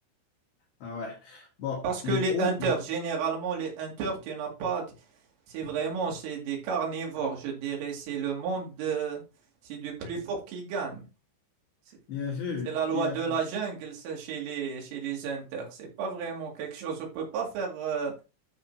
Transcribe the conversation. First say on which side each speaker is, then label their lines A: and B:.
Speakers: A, on the left; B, on the right.
A: Ah ouais. Bon,
B: Parce que
A: du
B: les
A: coup,
B: hunters, généralement, les hunters, tu n'as pas. C'est vraiment, c'est des carnivores, je dirais. C'est le monde, de- c'est du plus fort qui gagne. C'est
A: bien sûr,
B: c'est la loi
A: il y a-
B: de la jungle, ça, chez les, chez les hunters. C'est pas vraiment quelque chose, on peut pas faire. euh,